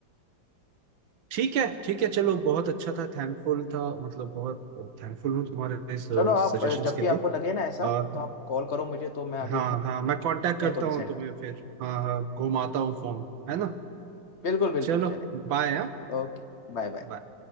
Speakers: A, on the right; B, on the left.
A: ठीक है ठीक है चलो बहुत अच्छा था थैंकफुल था मतलब बहुत थैंकफुल हूँ तुम्हारे इस
B: चलो आप
A: सजेशंस
B: अ, जब
A: के
B: भी
A: लिए
B: आपको लगे ना ऐसा
A: आ,
B: तो आप कॉल करो मुझे तो मैं आगे
A: हाँ
B: फिर
A: हाँ मैं कांटेक्ट
B: मिलते
A: करता
B: हैं तो डिसाइड
A: हूँ तुम्हें
B: करते
A: फिर हाँ हाँ घुमाता हूँ फोन है ना
B: हैं बिल्कुल बिल्कुल
A: चलो
B: चले
A: बाय हाँ
B: ओके Bye bye
A: बाय